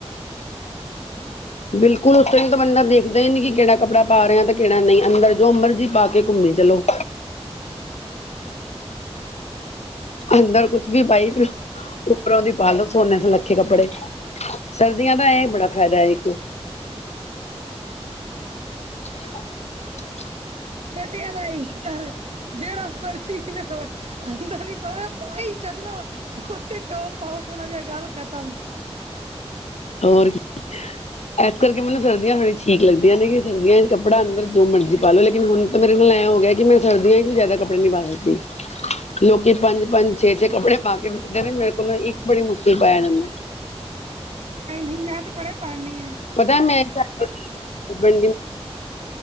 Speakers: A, on the left (about 80°); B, on the right (about 70°).
A: <inaudible> ਬਿਲਕੁਲ ਉਸ <unintelligible> ਤਾਂ ਬੰਦਾ ਦੇਖਦਾ ਹੀ ਨੀ, ਕੇੜਾ ਕੱਪੜਾ ਪਾ ਰਿਆ ਤੇ ਕੇੜਾ ਨਈ। ਅੰਦਰ ਜੋ ਮਰਜੀ ਪਾ ਕੇ ਕੁਮੀ ਚਲੋ। ਅੰਦਰ ਕੁਛ ਵੀ <unintelligible> ਉੱਪਰੋਂ ਦੀ ਪਾਾਲੋ ਸੋਨੇ ਸ ਲੱਖੇ ਕੱਪੜੇ, ਸਰਦੀਆਂ ਦਾ ਇਹ ਬੜਾ ਫਾਇਦਾ ਇੱਕ <inaudible>
B: ਸਤੀਆ ਬਾਈ ਜਰ ਜੇੜਾ ਮਰਜੀ ਨਾ, ਹੋਏ ਅੰਦਰ ਈ ਪਾਨਾ ਪਾਈ ਚੱਲੋ। ਟੋਪ ਪਾੳ ਹੋਨਾਂ ਦੀਆਂ ਗੱਲ ਖਤਮ
A: ਹੋਰ ਕੀ, ਏਸ ਕਰਕੇ ਮੈਨੂੰ ਸਰਦੀਆਂ ਥੋੜ੍ਹੀ ਠੀਕ ਲੱਗਦੀਆਂ ਨੇ ਸਰਦੀਆ 'ਚ ਕਪੜਾ ਜੋ ਮਰਜੀ ਪਾ ਲ ਲੋ ਲੇਕਿਨ ਹੁਣ ਤਾਂ ਮੇਰੇ ਨਾਲ ਐਂ ਹੋ ਗਿਆ ਕਿ ਮੈਂ ਸਰਦੀਆਂ ਚ ਜ਼ਿਆਦਾ ਕੱਪੜੇ ਜਿਆਦਾ ਨੀ ਪਾ ਸਕਦੀ ਲੋਕੀ ਪੰਜ-ਪੰਜ, ਛੇ-ਛੇ ਕੱਪੜੇ ਪਾ ਕੇ ਫਿਰਦੇ ਨੇ। ਮੇਰੇ ਕੋਲੋਂ ਇੱਕ ਬੜੀ ਮੁਸ਼ਕਿਲ ਪਾਇਆ ਜਾਂਦਾ।
B: ਨਈ-ਨਈ, ਮੈਂ ਤੇ ਬੜੇ। ਪਾਉਦੀ ਹਾਂ।
A: ਪਤਾ ਮੈਂ। ਹਾਂਜੀ,